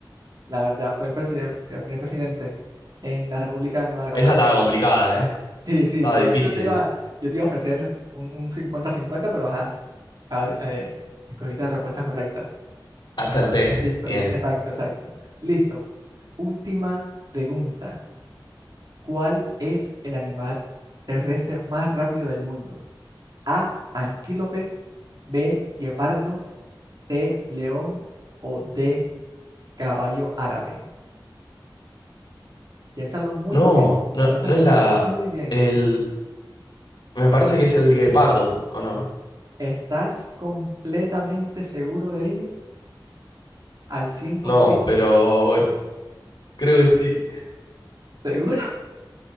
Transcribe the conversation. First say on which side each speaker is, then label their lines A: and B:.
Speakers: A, on the right; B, on the left.
A: La verdad, fue el, preside- el primer presidente en la República de Nueva Granada.
B: Esa estaba complicada, ¿eh?
A: Sí, sí.
B: Estaba
A: De
B: difícil
A: hecho, yo te iba,
B: esa.
A: yo te iba a ofrecer un un cincuenta 50 pero ajá, a- eh, escogiste la respuesta correcta.
B: Acerté.
A: Listo,
B: Bien.
A: listo. Exacto, exacto. Listo. Última pregunta. ¿Cuál es el animal terrestre más rápido del mundo? A, antílope. B, guepardo, C, león o D, caballo árabe. Piénsalo muy
B: No,
A: bien,
B: no,
A: piénsalo
B: no es la.
A: muy, muy bien.
B: El. Me parece que es el guepardo, ¿o no?
A: ¿Estás completamente seguro de ello? ¿Al 100%?
B: No, pero bueno. Creo que sí.
A: ¿Seguro?